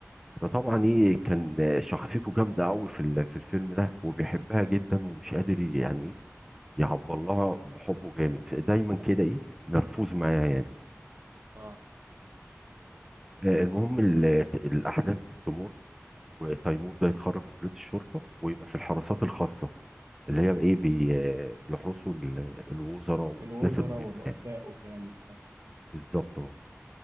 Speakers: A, in the centre; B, on the right.
A: فطبعا ايه كان شخصيته جامده قوي في ال- في الفيلم ده وبيحبها جدا ومش قادر ي- يعني ايه يعبر لها بحبه جامد دايما كده ايه نرفوز معاها يعني
B: اه
A: آه، المهم ال- الاحداث تمر وتيمور ده يتخرج من كليه الشرطه ويبقى في الحراسات الخاصه اللي هي بقى ايه بي آه، بيحرسوا ال- الوزراء والناس
B: الوزراء
A: المهمه
B: والرؤساء
A: يعني
B: والكلام ده اه
A: بالظبط اه